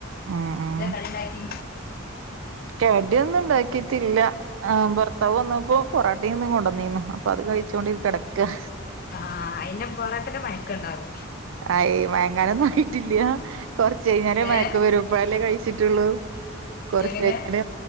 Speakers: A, on the right; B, on the left.
A: ഉം ഉം
B: എന്താ കടിണ്ടാക്കി
A: കടിയൊന്നും ഇണ്ടാക്കിട്ടില്ല ആഹ് ഭർത്താവ് വന്നപ്പോ പൊറാട്ടിം തും കൊണ്ടന്നീന്നു അപ്പ പ അത് കഴിച്ചോണ്ട് കെടക്ക
B: അഹ് ആഹ് അയിന് പൊറോട്ടക് മയക്കണ്ടാവു
A: അയേ മയങ്ങാനൊന്നും ആയിട്ടില്ല്യാ കൊറച്ച്ഴിഞ്ഞാലേ
B: ഏഹ്
A: മയക്കം വരൂ ഇപ്പഴല്ലേ കഴിച്ചിട്ടുള്ളൂ കൊറച്ചഴിഞ്ഞാല്
B: എങ്ങനെ